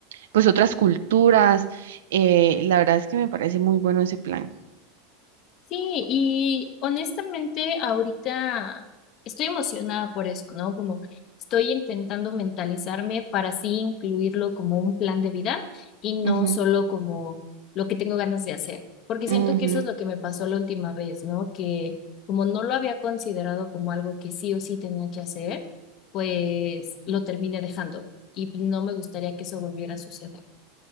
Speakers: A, on the right (about 80°); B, on the left (about 45°).
A: pues otras culturas. Eh, la verdad es que me parece muy bueno ese plan.
B: Sí, y honestamente ahorita estoy emocionada por eso, ¿no? Como estoy intentando mentalizarme para así incluirlo como un plan de vida y no
A: Ujú,
B: solo como lo que tengo ganas de hacer, porque
A: ujú.
B: siento que eso es lo que me pasó la última vez, ¿no? Que como no lo había considerado como algo que sí o sí tenía que hacer, pues lo terminé dejando y no me gustaría que eso volviera a suceder.